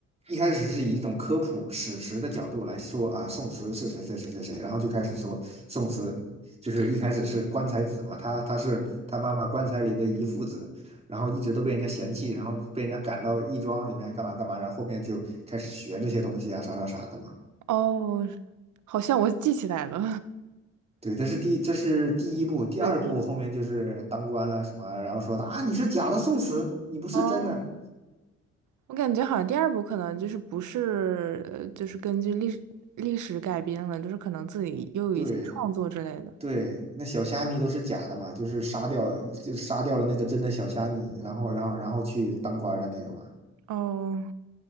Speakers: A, on the right (about 20°); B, on the right (about 75°).
A: 一开始是以一种科普史实的角度来说啊，宋慈是谁谁谁谁谁，然后就开始说宋慈就是一开始是棺材子嘛，他他是他妈妈棺材里的遗腹子，然后一直都被人家嫌弃，然后被人家赶到义庄里面干嘛干嘛，然后后面就开始学这些东西啊，啥啥啥的嘛。
B: 哦，好像我记起来了，
A: 对，这是第这是第一部，
B: <laughs>
A: 第二部后面就是当官了什么，
B: 对，第一部。
A: 然后说啊你是假的宋慈，你不是真的。
B: 哦，我感觉好像第二部可能就是不是，呃就是根据历史历史改编了，就是可能自己又有一些创作之类的。
A: 对对，那小虾米都是假的嘛，就是杀掉就杀掉了那个真的小虾米，然后然后然后去当官的那个嘛。
B: 哦，